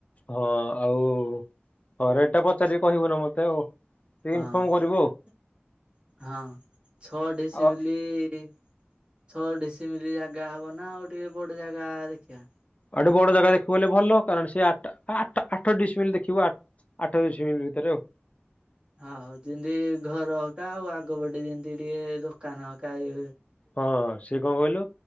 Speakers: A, on the left; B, on the right.
A: ହଁ ଆଉ ହଁ ରେଟ୍ ଟା ପଚାରିକି କହିବୁ ନା ମତେ ଆଉ। ଟିକେ
B: ହଁ
A: ଇନଫର୍ମ କରିବୁ ଆଉ।
B: ହଁ ଛଅ ଡିସିମିଲି
A: ଆଉ
B: ଛଅ ଡିସିିମିଲି ଜାଗା ହବ ନା ଆଉ ଟିକେ ବଡ ଜାଗା ଦେଖିବା।
A: ଆଉଟିକେ ବଡ ଜାଗା ଦେଖିବୁହେଲେ ଭଲ କାରଣ ସେ ଆଟା ଆଟା ଆଠ ଡିସମିଲ ଦେଖିବୁ ଆ ଆଠ ଡିସିମିଲ୍ ଭିତରେ ଆଉ।
B: ହଁ ହଉ ଯେମ୍ତି ଘର ହକା ଆଉ ଆଗ ପଟେ ଯେମିତି ଟିକେ ଦୋକାନ ହକା ୟେ
A: ହଁ ସେ କଂ କହିଲୁ